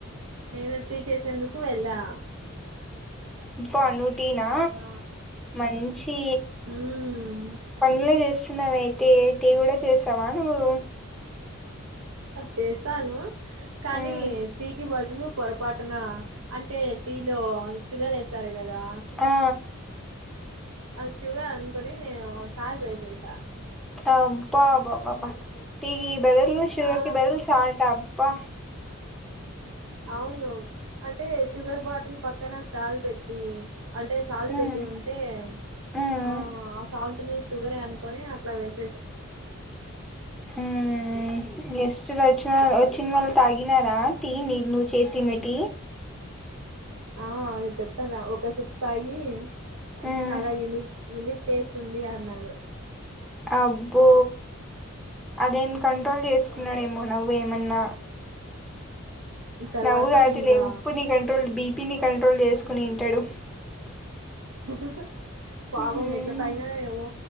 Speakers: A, on the right; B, in the centre.
A: నేను టీ చేసేందుకు వెళ్ళా
B: అబ్బనువ్వు టీనా
A: ఆ
B: మంచి
A: మ్మ్
B: పనుల చేస్త మరి అయితే ఏటి కూడా చేశావా నువ్వు
A: చేస్తాను కానీ
B: మ్మ్
A: టీకి బదులు పొరపాటున అంటే టీలో షుగర్ ఎస్తారు కదా
B: ఆ
A: అ ుగర్ అనుకని నేను సాార్జ వయససా
B: ఆ పా బాబా టీ ఈ బదులు షుగర్
A: ఆ
B: కి బదులు సాల్ట్ అప్పా
A: అవును అంటే షుగర్ బాటిల్ పక్కన స్టల్ పెట్టి అంటే సాల్ట్
B: మ్మ్
A: పెట్టి ఉంటే
B: మ్మ్
A: ఆ ఆ సాల్ట్ ని షుగర్ అనుకొని అట్లా వేస్త
B: హ్మ్ గిస్ట్ లు వచ్చినారు వాచ్ చ్చిన వాళ్లు తాగినారా టీ నీ నువ్వు చేసిన టీ
A: ఆ అదే చెప్తాన ఒక సీప్ తాగి
B: మ్మ్
A: చాలా యూనిక్ యూనిక్ టేస్ట్ ఉంది అన్నారు
B: అబ్బో అదేం కంట్రోల్ చేసుకున్నాడేమో
A: ఆ
B: నవ్వు ఏమన్నా
A: తర్వాత
B: నవ్వు కాదులే
A: ఇంకా
B: ఉప్పుని కంట్రోల్ బీపీని కంట్రోల్ చేసుకుని ఇంటాడు
A: <inaudible> పాపం
B: మ్మ్
A: ఎట్ల తగినాడో ఏమో